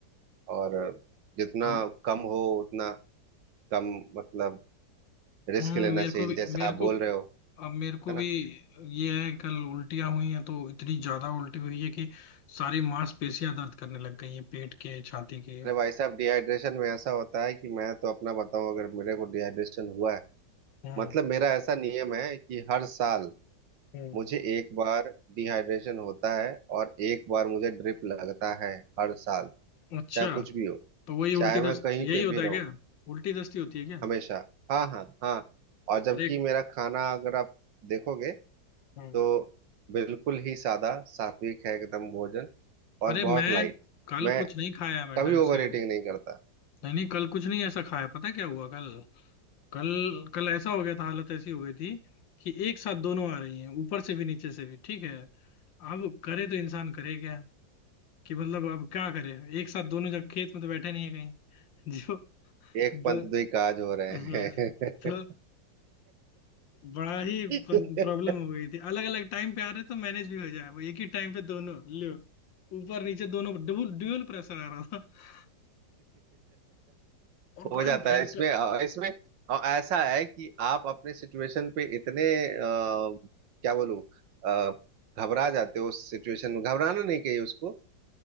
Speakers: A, on the right; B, on the left.
A: और जितना
B: हम-
A: कम हो उतना कम मतलब रिस्क
B: हम्म,
A: लेना
B: मेरे
A: चाहिए
B: को भी
A: जैसा
B: मेरे
A: आप बोल
B: को
A: रहे हो
B: अब मेरे को
A: है
B: भी
A: ना
B: ये है कल उल्टियाँ हुई हैं तो इतनी ज्यादा उल्टी हुई है कि सारी मांसपेशियां दर्द करने लग गई हैं पेट के छाती के
A: अरे भाई साहब डिहाइड्रेशन में ऐसा होता है कि मैं तो अपना बताऊं अगर मेरे को डिहाइड्रेशन हुआ है
B: हम्म
A: मतलब मेरा ऐसा नियम है कि हर साल
B: हम्म
A: मुझे एक बार डिहाइड्रेशन होता है और एक बार मुझे ड्रिप लगता है हर साल
B: अच्छा
A: चाहे कुछ भी हो
B: तो वही उल्टी
A: चाहे मैं
B: दस्त
A: कहीं
B: यही
A: पे
B: होता
A: भी
B: है क्या
A: रहूं
B: उल्टी दस्ती होती है क्या
A: हमेशा हाँ हाँ हाँ और जबकि
B: अरे
A: मेरा खाना अगर आप देखोगे
B: हम्म
A: तो बिल्कुल ही सादा सात्विक है एकदम भोजन और
B: अरे मैं
A: बहुत लाइट
B: कल
A: मैं
B: कुछ नहीं खाया मैं
A: कभी
B: ढंग
A: ओवर
B: से
A: ईटिंग नहीं करता
B: नहीं नहीं कल कुछ नहीं ऐसा खाया पता है क्या हुआ कल कल कल ऐसा हो गया था हालत ऐसी हो गई थी कि एक साथ दोनों आ रही हैं ऊपर से भी नीचे से भी ठीक है अब करे तो इंसान करे क्या कि मतलब अब क्या करे एक साथ दोनों जब खेत में तो बैठे नहीं है कहीं <laughs> जो
A: एक
B: द,
A: पंथ दुई काज हो रहे
B: हाँ,
A: हैं
B: तो बड़ा ही
A: <laughs>
B: प्रॉब्लम हो गई थी अलग अलग टाइम पे आ रहे तो मैनेज भी हो जाए वो एक ही टाइम पे दोनों लो ऊपर नीचे दोनों डबल ड्यूअल प्रेशर आ रहा था और
A: हो
B: बड़ा
A: जाता
B: भयंकर
A: है इसमें अ, इसमें अ, ऐसा है कि आप अपने सिचुएशन पे इतने अ, क्या बोलूं अ, घबरा जाते हो उस सिचुएशन में घबराना नहीं चाहिए उसको